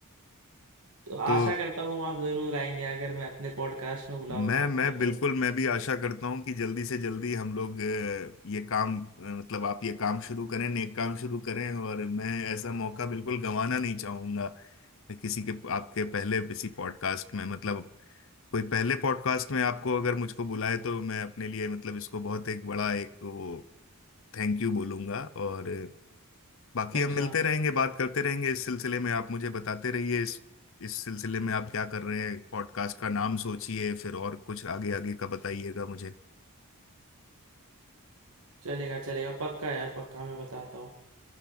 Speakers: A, on the right; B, on the left.
A: तो आशा
B: तो
A: करता हूँ आप जरूर आएंगे अगर मैं अपने पॉडकास्ट में बुलाऊंगा
B: मैं
A: आपको
B: मैं
A: तो
B: बिल्कुल मैं भी आशा करता हूँ कि जल्दी से जल्दी हम लोग अ, ये काम अ, मतलब आप ये काम शुरू करें नेक काम शुरू करें और मैं ऐसा मौका बिल्कुल गंवाना नहीं चाहूंगा किसी के आपके पहले किसी पॉडकास्ट में मतलब कोई पहले पॉडकास्ट में आपको अगर मुझको बुलाए तो मैं अपने लिए मतलब इसको बहुत एक बड़ा एक वो थैंक यू बोलूंगा और बाकी
A: अच्छा
B: हम मिलते रहेंगे बात करते रहेंगे इस सिलसिले में आप मुझे बताते रहिए इस इस सिलसिले में आप क्या कर रहे हैं पॉडकास्ट का नाम सोचिए फिर और कुछ आगे आगे का बताइएगा मुझे
A: चलेगा चलेगा पक्का यार पक्का मैं बताता हूँ